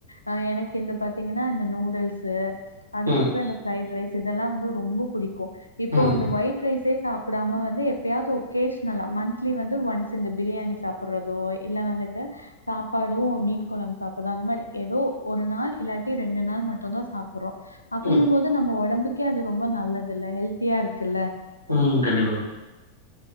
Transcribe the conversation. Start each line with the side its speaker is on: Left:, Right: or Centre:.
Left: ஆ எனக்கு இந்த பாத்தீங்கன்னா இந்த நூடுல்ஸு அதுக்கப்றோ
Right: ம்
Left: இந்த ஃப்ரைட் ரைஸ் இதெல்லா வந்து ரொம்ப புடிக்கு இப்போ
Right: ம்
Left: அந்த ஒயிட் ரைஸே சாப் பிடாம வந்து எப்பயாது ஒகேஷ்னலா மந்த்லி வந்து ஒன்ஸ் இந்த பிரியாணி சாப் பறதோ இல்ல வந்துட்டு சாப்பாடு மீன் கொழம்பு சாப்பிட்ற அந்த மாரி எதோ ஒரு நாள் இல்லாட்டி ரெண்டு நாள் மட்டுதா சாப் பறோ அப்டின்னுபோது
Right: ம்
Left: நம்ம ஒடம்புக்கே அது ரொம்ப நல்லதுல்ல ஹெல்த்தியாருக்குல்ல
Right: ம் கண்டிப்பா